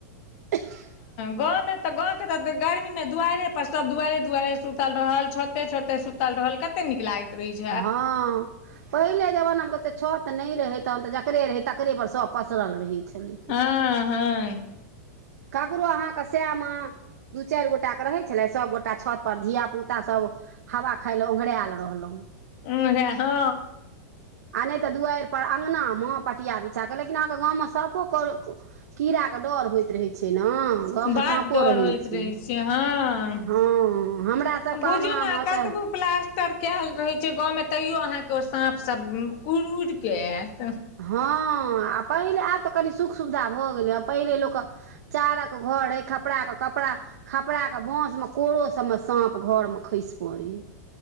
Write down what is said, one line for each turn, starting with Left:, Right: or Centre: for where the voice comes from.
Right: <inaudible>
Left: गाँंमे तऽ गाँव के त गर्मी मे दुआइरे पर सब दुआइरे दुआइरि सुतल रहल छथि छते छते सुतल रहल कत कते नीक लागैत रहै छै
Right: हँ पहिले जमानामे तऽ तऽ छ तऽ नहि रहै तहन तऽ जकरे रहै तकरेपर सब पसरल रहै छलै
Left: हँ हँ
Right: ककरो अहाँके शएमे दू चारि गोट के रहै छलै सभगोटा छत पर धिय पुता सब हवा खाय ल ओघरायल रहलहुँ
Left: उंधरै हँ
Right: आ नहि तऽ दुवाइरपर अङ्गनामे पटिया बिछा कऽ लेकिन अहाँके गाँवमे साँपो कर कीड़ाके डर होइत रहै छै ने गाँवमे
Left: बड
Right: साँपो
Left: डर
Right: रहै
Left: होइत
Right: छै
Left: हँ
Right: हँ हमरा सबके
Left: बुझियौ
Right: अङगनामे
Left: ने
Right: ओतऽ
Left: कतबो प्लास्टर कयल रहै छै गाँवमे तैयो अहाँके ओ साँप सब उड़ि उड़िके आएत
Right: हँ आ पहिले आब तऽ कनि सुख सुविधा भऽ गेलैए पहिले लोकके चारक घर हइ कपड़ा के कपड़ा खपराके बाँसमे कोरो सबमें साँप घरमे खैस पड़ै